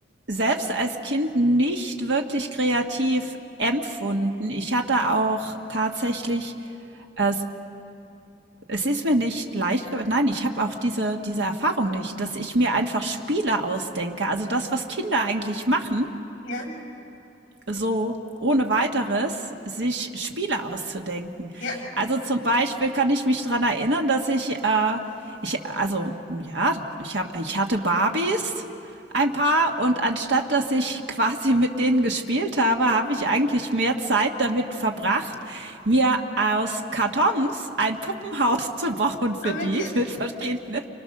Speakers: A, on the right; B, on the left.
A: selbst als Kind nicht wirklich kreativ empfunden. Ich hatte auch tatsächlich, es, es ist mir nicht leicht, ge- nein, ich habe auch diese, diese Erfahrung nicht, dass ich mir einfach Spiele ausdenke. Also das, was Kinder eigentlich machen,
B: ja,
A: so ohne weiteres sich Spiele auszudenken.
B: ja.
A: Also zum Beispiel kann ich mich dran erinnern, dass ich, äh, ich also ja, ich, habe ich hatte Barbies ein paar und anstatt dass ich <laughs> quasi mit denen gespielt habe, habe ich eigentlich mehr Zeit damit verbracht, mir aus Kartons ein Puppenhaus <laughs> zu bauen für
B: Ah, wirklich.
A: die mit verschiedenen